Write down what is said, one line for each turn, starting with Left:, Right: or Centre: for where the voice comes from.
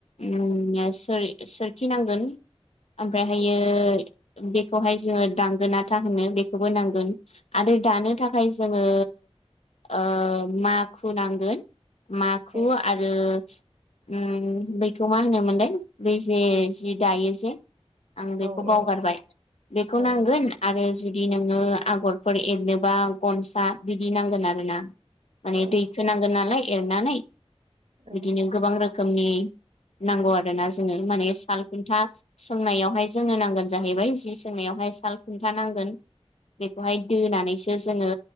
Left: ओम सोर-सोरखिनांगोन। ओमफ्रायहायो बेखौहाय जोङो दांगोनाथा होनो बेखौबो नांगोन। आरो दानो थाखाय जोङो ओ माखु नांगोन माखु
Right: औ
Left: आरो ओम बैखौ मा होनोमोनलाय बै जे जि दायो जे? आं बेखौ
Right: औ
Left: बावगारबाय
Right: औ
Left: बेखौ
Right: औ
Left: नांगोन। आरो जुदि नोङो आगरफोर एरनोबा गनसा बिदि नांगोन आरो ना। माने
Right: औ
Left: दैखोनांगोन नालाय एरनानै
Right: औ
Left: बिदिनो गोबां रोखोमनि नांगौ आरो ना जोंनो माने साल खुन्था सोंनायावहाय जोंनो नांगोन जाहैबाय जि सोंनायावहाय साल खुन्था नांगोन। बेखौहाय दोनानैसो जोङो